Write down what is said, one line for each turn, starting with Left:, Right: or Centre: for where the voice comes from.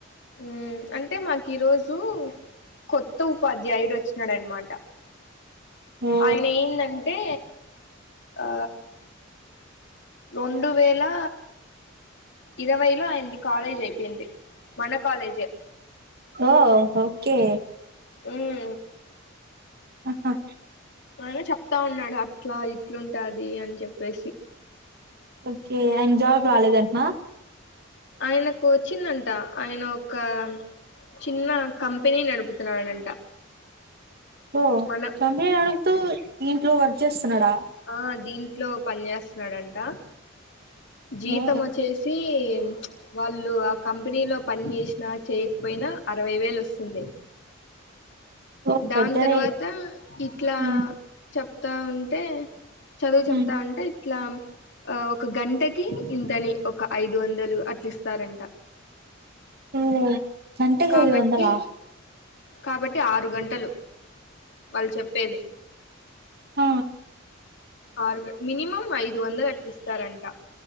Left: ఉమ్ అంటె మాకు ఈ రోజు కొత్త ఉపాధ్యాయుడు ఒచ్ డన్న మాట
Right: ఓ
Left: ఆయన ఏందంటే ఆ రెండు వేలా ఇరవైలో ఆయంది కాలేజ్ అయిపోయింది మన కాలేజే
Right: ఓ ఓకే
Left: ఊమ్
Right: అ హ
Left: ఇగ చెప్తా ఉన్నాడు అట్ల ఇట్లుంటాది అని చెప్పేసి
Right: ఓకే ఆయనకు జాబ్ రాలేదంటనా
Left: ఆయనకు ఒచ్చిందంట ఆయన ఒక చిన్న కంపెనీ నడుపుతున్నాడంట
Right: ఓ
Left: మనం
Right: కంపెనీ నడుపుతూ ఇంట్లో వర్క్ చేస్తున్నడ?
Left: ఆ దీంట్లో పని చేేస్తున్నడంట జీతం
Right: ఓ
Left: ఒచ్చేసి వాళ్ళు ఆ కంపెనీ లో పని చేసినా చేయక్ పోయిన అరవై వేలు అస్తుండే
Right: ఓ
Left: దాని
Right: బెటరే
Left: తర్వాత ఇట్ల
Right: ఉమ్
Left: చెప్తా ఉంటే చదువు చెప్తా
Right: ఉమ్
Left: ఉంటే ఇట్ల ఆ ఒ ఒక గంటకి ఇంతని ఒక ఐదు వందలు అట్ల ఇస్తారంట
Right: ఉమ్ గంటకి
Left: కాబట్టి
Right: ఐదు వందలా
Left: కాబట్టి ఆరు గంటలు వాళ్ళు చెప్పేది
Right: ఆ
Left: ఆరుగే మినిమం ఐదు వందలు అట్లీస్ స్తరంట